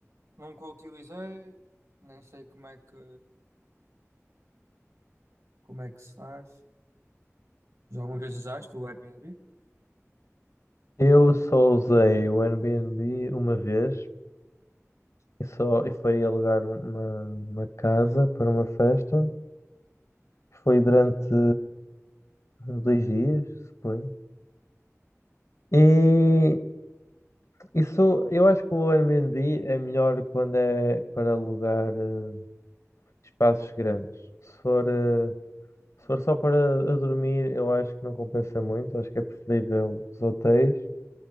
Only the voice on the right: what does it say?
nunca utilizei, nem sei como é que, como é que se faz. Já alguma vez usaste o Airbnb?